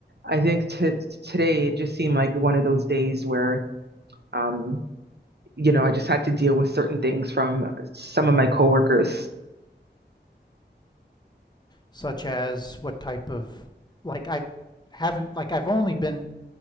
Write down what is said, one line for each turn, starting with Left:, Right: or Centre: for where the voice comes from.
Right: I think t- today it just seemed like one of those days where, um, you know, I just had to deal with certain things from some of my coworkers.
Left: Such as what type of like I haven't like I've only been